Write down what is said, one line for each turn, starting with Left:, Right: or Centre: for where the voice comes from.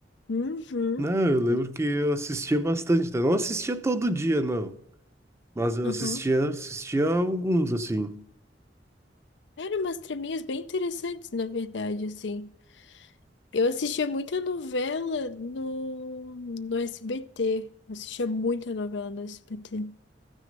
Left: Uhum.
Right: Não, eu lembro
Left: Mas-
Right: que eu assistia bastante, tá? Não assistia todo dia, não. Mas eu
Left: Aham.
Right: assistia, assistia alguns, assim.
Left: Eram umas traminhas bem interessantes, na verdade, assim. Eu assistia muita novela no, no SBT. Eu assistia muita novela no SBT.